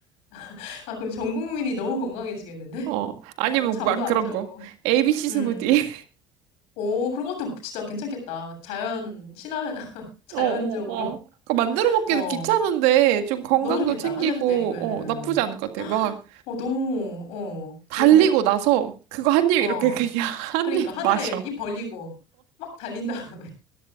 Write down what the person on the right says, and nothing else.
어,
아니면
막 그런
거. ABC
스무디.
<laughs>
어, 어, 어. 그 만들어 먹기도
귀찮은데 좀 건강도
챙기고,
어, 나쁘지 않을 것 같아.
막
달리고 나서 그거 한 입
이렇게 그냥 <laughs> 한
입
마셔.